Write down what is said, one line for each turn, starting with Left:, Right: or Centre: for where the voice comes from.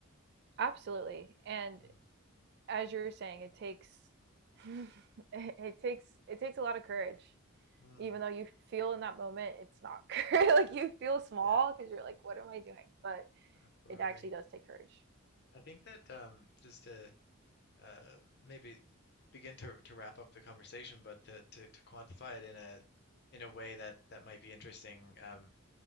Right: absolutely and
Left: mm
Right: as you were saying it takes <laughs> it, it takes it takes a lot of courage
Left: mm,
Right: even though you feel in that moment it's not <laughs> like you feel small
Left: yeah
Right: because you're like what am i doing but
Left: absolutely
Right: it actually does take courage
Left: I think that um just to uh, maybe begin to, to wrap up the conversation, but to, to, to quantify it in a in a way that that might be interesting um,